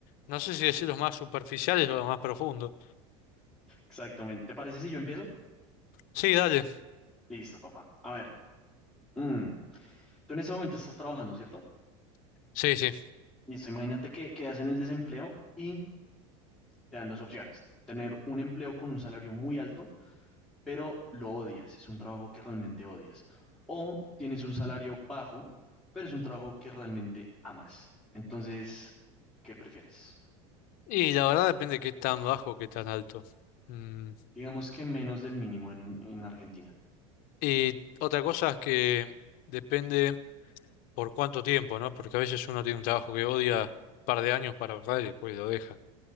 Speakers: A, on the left; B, in the centre.
A: no sé si decir los más superficiales o los más profundos.
B: Exactamente. ¿Te parece si yo empiezo?
A: Sí, dale.
B: Listo, papá. A ver, mm, tú en ese momento estás trabajando, ¿cierto?
A: Sí, sí.
B: Listo, imagínate que quedas en el desempleo y te dan dos opciones. Tener un empleo con un salario muy alto pero lo odias, es un trabajo que realmente odias. O tienes un salario bajo, pero es un trabajo que realmente amas. Entonces, ¿qué prefieres?
A: Y la verdad depende de qué tan bajo, qué tan alto. Mm,
B: Digamos que menos del mínimo en, en Argentina.
A: Y otra cosa es que depende por cuánto tiempo, ¿no? Porque a veces uno tiene un trabajo que odia un par de años para ahorrar y después lo deja.